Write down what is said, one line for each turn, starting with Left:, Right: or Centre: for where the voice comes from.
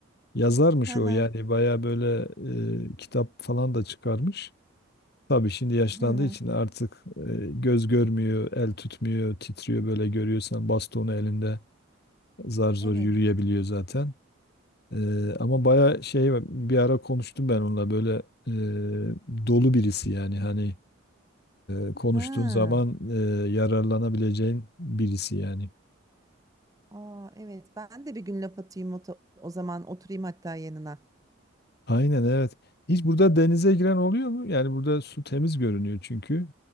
Left: Yazarmış
Right: <laughs>
Left: o yani baya böyle eee, kitap falan da çıkarmış. Tabii şimdi yaşlandığı
Right: Hı hı.
Left: için artık eee, göz görmüyor, el tutmuyor, titriyor böyle görüyorsan bastonu elinde zar zor
Right: Evet.
Left: yürüyebiliyor zaten. Ee, ama baya şey bir ara konuştum ben onunla böyle e, dolu birisi yani hani e, konuştuğun
Right: Ha.
Left: zaman e, yararlanabileceğin birisi yani.
Right: Aa, evet. Ben de bir gün laf atayım o, ta- o zaman oturayım hatta yanına.
Left: Aynen evet. Hiç burada denize giren oluyor mu? Yani burada su temiz görünüyor çünkü.